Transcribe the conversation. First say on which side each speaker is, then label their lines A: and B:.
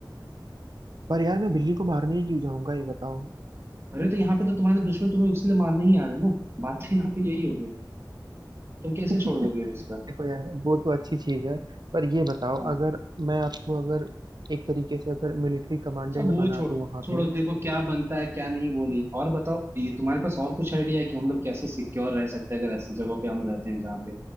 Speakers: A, on the right; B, on the right.
A: पर यार मैं बिल्ली को मारने ही क्यों जाऊंगा ये बताओ
B: अरे तो यहाँ पे तो तुम्हारे दुश्मन तुम्हें उसलिए मारने ही आ रहे हैं ना बात तो यहाँ पे यही हो गई तुम कैसे
A: <laughs>
B: छोड़ दोगे
A: देखो
B: उसका
A: यार वो तो अच्छी चीज है पर ये बताओ
B: हाँ
A: अगर मैं आपको अगर एक तरीके से अगर मिलिट्री कमांडेंट
B: अच्छा वो
A: बना
B: छोड़
A: दूं वहां
B: छोड़ो
A: पे
B: देखो क्या बनता है क्या नहीं वो नहीं और बताओ ये तुम्हारे पास और कुछ आइडिया है कि हम लोग कैसे सिक्योर रह सकते हैं अगर ऐसी जगहों पे हम रहते हैं जहाँ पे